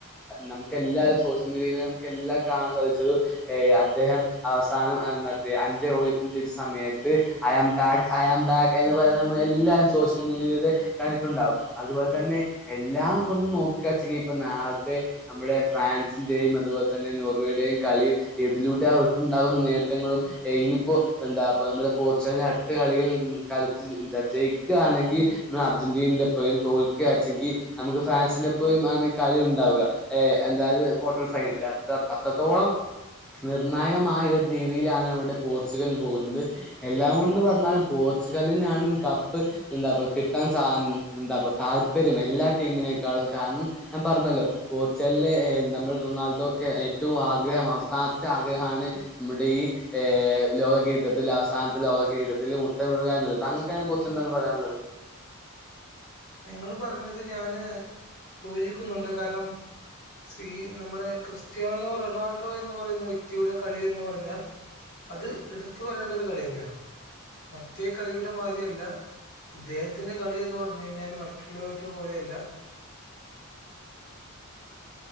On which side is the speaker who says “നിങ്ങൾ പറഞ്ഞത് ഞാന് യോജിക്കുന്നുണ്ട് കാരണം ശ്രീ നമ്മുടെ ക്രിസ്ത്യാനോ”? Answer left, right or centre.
Left